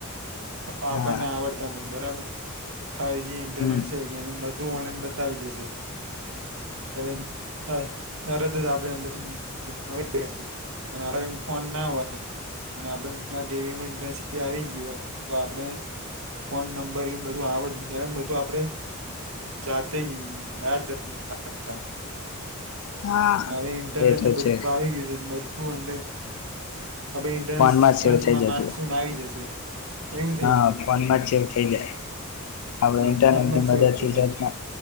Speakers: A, on the right (about 65°); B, on the left (about 75°).
A: હ આપણને
B: હા
A: આવડતા નથી બરાબર ફાઇવ જી ઇન્ટરનેટ
B: હમ
A: છે કે એને બધું ધું મળી ને બતાવી દેશે એલે હ તરત જ આપણે અંદર થી બેસું અને આપ ફોન ના હોય અને આપવી મરજન્સી આવી ગય હોય તો આપણે ફોન નંબર બધું આવડ બધું આપણે જાતે યાદ રાખતા
B: હા
A: હવે ઇન્ટરનેટ
B: એ તો
A: ને બધું
B: છે
A: આવી ગયું છે તો બ બો અંદર આપણે ઇતેરન્ટ
B: ફોનમાં
A: સર્ચમાં
B: સેવ થઈ જતું
A: મારસુ આવી જશે એવું થઈ
B: હા
A: ગયું છે
B: ફોનમા
A: બધાને
B: જ સેવ થઈ જાય આપડ
A: હા
B: ઈન્ટરનેટ
A: ફોનમાં
B: ની મદદ
A: સેવ થઈ
B: થી
A: જાય
B: સચ
A: છે